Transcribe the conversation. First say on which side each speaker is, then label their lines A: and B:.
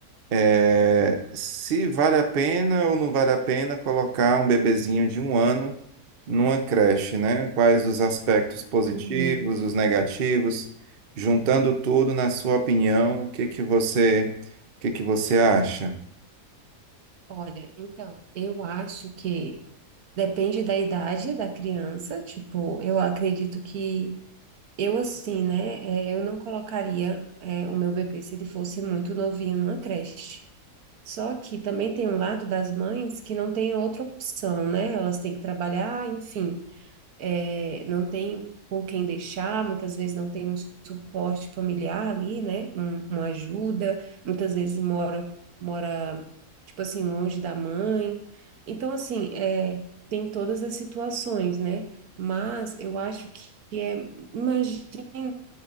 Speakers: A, on the right; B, on the right.
A: eh, se vale a pena ou não vale a pena colocar um bebezinho de um ano numa creche, né? Quais os aspectos positivos,
B: Uhum.
A: os negativos, juntando tudo, na sua opinião, o que que você, o que que você acha?
B: Olha, então, eu acho que depende da idade da criança, tipo, eu acredito que Eu assim, né? eh, eu não colocaria eh, o meu bebê se ele fosse muito novinho numa creche. Só que também tem um lado das mães que não tem outra opção, né? Elas têm que trabalhar, enfim é, não tem com quem deixar, muitas vezes não tem um suporte familiar ali, né? Um- uma ajuda, muitas vezes mora, mora, tipo assim, longe da mãe. Então, assim, é, tem todas as situações, né? Mas eu acho que, que é, imagina,